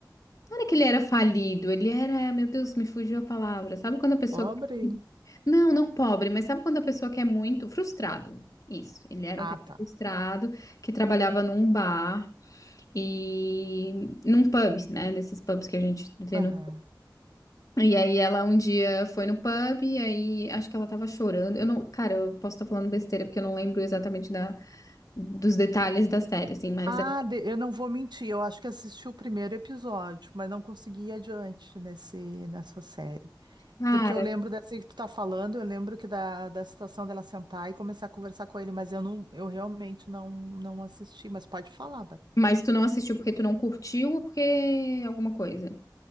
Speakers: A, on the left; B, on the right.
A: não era que ele era falido, ele era, meu Deus, me fugiu a palavra. Sabe quando a pessoa,
B: Pobre.
A: não, não pobre, mas sabe quando a pessoa quer muito, frustrado. Isso, ele era
B: Ah,
A: um cara
B: tá.
A: frustrado que trabalhava num bar e num pub, né? Desses pubs que a gente vê
B: Aham.
A: no. E aí ela um dia foi no pub e aí acho que ela tava chorando. Eu não, cara, eu posso estar falando besteira porque eu não lembro exatamente da, dos detalhes da série, assim, mas
B: Ah,
A: é-
B: de- eu não vou mentir, eu acho que assisti o primeiro episódio, mas não consegui ir adiante nesse, nessa série.
A: cara,
B: Porque eu lembro dessa que tu tá falando, eu lembro que da, da situação dela sentar e começar a conversar com ele, mas eu não, eu realmente não, não assisti, mas pode falar,
A: mas tu não assistiu porque tu não curtiu ou porque alguma coisa?